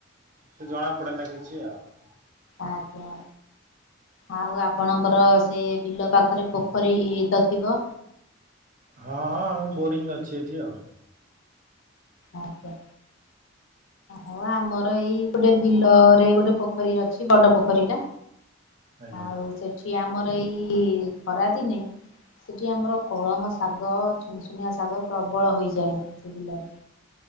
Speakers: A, on the right (about 40°); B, on the left (about 75°).
A: ସେ ଜଣା ପଡେ ନା କିଛି ଆଉ।
B: ଆଜ୍ଞା ଆଉ ଆପଣଙ୍କର ସେ ବିଲ ପାଖରେ ପୋଖରୀ ତ ଥିବ
A: ହଁ ହଁ ଆମ ବୋରିଂ ଅଛି ଏଠି ଆଉ
B: ଆଛା ହଉ ଆମର ଏଇ ଗୋଟେ ବିଲରେ ଗୋଟେ ପୋଖରୀ ଅଛି ବଡ ପୋଖରୀ ଟା
A: ଆଜ୍ଞା।
B: ଆଉ ସେଠି ଆମର ଏଇ ଖରାଦିନେ ସେଠି ଆମର କଳମ ଶାଗ ଛୁନଛୁନିଆ ଶାଗ ପ୍ରବଳ ହୋଇଯାଏ ସେ ବିଲାରେ